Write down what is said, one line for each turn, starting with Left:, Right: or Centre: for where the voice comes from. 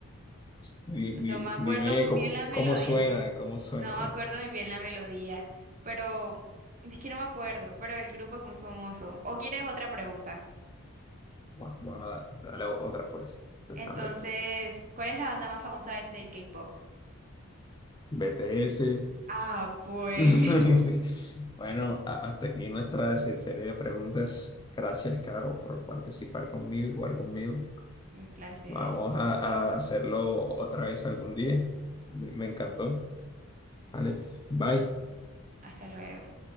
Left: di-
Right: No
Left: di-
Right: me acuerdo
Left: dime
Right: muy
Left: cómo,
Right: bien la melodía,
Left: cómo suena,
Right: yo
Left: cómo suena.
Right: no me acuerdo muy bien la melodía, pero es que no me acuerdo, pero el grupo es muy famoso. ¿O quieres otra pregunta?
Left: Bueno, bueno, da- dale otra pues. Dame.
Right: Entonces, ¿cuál es la banda más famosa del del K-pop?
Left: BTS.
Right: Ah, pues.
Left: <laughs>
Right: <laughs>
Left: Bueno, a- hasta aquí nuestra se- serie de preguntas. Gracias, Caro, por participar conmigo y jugar conmigo.
Right: Un placer.
Left: Vamos a, a hacerlo otra vez algún día. Me me encantó. Vale, bye.
Right: Hasta luego.